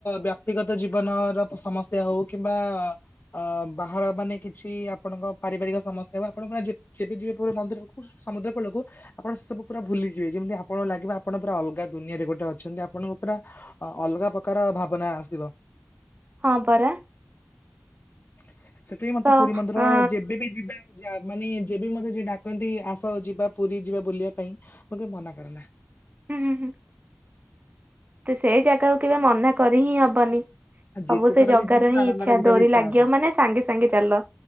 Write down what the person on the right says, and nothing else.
ହଁ ପରା।
ତ
ଅ
ହୁଁ ହୁଁ ହୁଁ। ତ ସେଇ ଜାଗାକୁ କେବେ ମନା କରି ହିଁ ହବନି।
ସବୁ ସେଇ
ଜଗାର
ହିଁ
ଇଚ୍ଛା
ଡୋରି
ଲାଗିବ
ମାନେ ସାଙ୍ଗେ ସାଙ୍ଗେ ଚାଲ।